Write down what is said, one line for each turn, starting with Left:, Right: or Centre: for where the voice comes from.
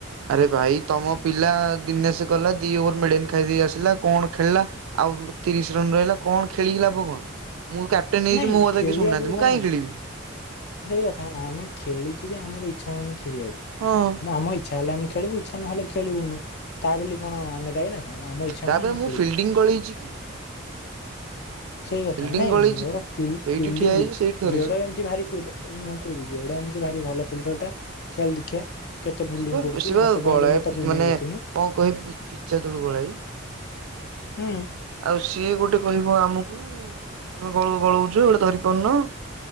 Right: ଆରେ ଭାଇ ତମ ପିଲା ଦିନେସ ଗଲା ଦି ଗୋର ମେଡନ ଖାଇଦେଇ ଆସିଲା କଣ ଖେଳିଲା ଆଉ ତିରିଶ ରନ ରହିଲା କଣ ଖେଳି କି ଲାଭ କଣ? ମୁଁ କ୍ୟାପ୍ଟେନ ହେଇଛି
Left: ନାଇଁ
Right: ମୋ କଥା
Left: ଖେଳିବାକୁ
Right: କି ଶୁନାହାନ୍ତି ମୁଁ
Left: ଶୁଣୁ
Right: କାହିଁ ଖେଳିବି।
Left: ସେଇ କଥା ଆମେ ଖେଳିକ ବି ଆମର ଇଚ୍ଛା ହଉନି ଖଳିବାକୁ
Right: ହଁ
Left: ଆମ ଇଚ୍ଛା ହେଲେ ଆମେ ଖେଳିବୁ ଇଚ୍ଛା ନହେଲେ ଖେଳିବୁନୁ ତା ବୋଲି କଣ ଆମେ ଦାଇନା ହଁ ଆମ ଇଚ୍ଛା
Right: ତାପରେ
Left: ହଉନି ଆମେ
Right: ମୁଁ
Left: ଖେଳିବୁ।
Right: ଫିଲ୍ଡିଂ ଗଳେଇଛି କି
Left: ସେଇ କଥା
Right: ଫିଲ୍ଡିଂ
Left: ନାଇଁ
Right: ଗଳେଇଛି
Left: ମୋର
Right: କି
Left: ଫିଲ୍ଡିଙ୍ଗ
Right: ସେଇଠି ଠିଆ ହେଇଛି ସେଇଠି ଧରିଛି।
Left: ଗେଡ ଏମିତି ଭାରି ଫ ମୁଁ କହୁଛି ଗେଡ ଏମ ଭାରି ଭଲ ଫିଲଟରଟା ଚାଲ ଦେଖିବା। କେତେ ଫିଲ୍ଡିଂ
Right: ସେ
Left: କରୁଛି
Right: ସିବା
Left: ମତେ କାହିଁ
Right: ଗଳାଏ
Left: ତ ମୁଁ ତ ଫିଲ୍ଡିଂ
Right: ମାନେ
Left: ଦେଖିନି
Right: କଣ କହିବି ପି-ପି-ପିଚା ତଳୁ ଗଳାଏ।
Left: ହୁଁ
Right: ଆଉ ସିଏ ଗୋଟେ କହିବ ଆମକୁ ତମେ ଗଳ ଗଳଉଛୁ ଗୋଟେ ଧରି ପାରୁନ।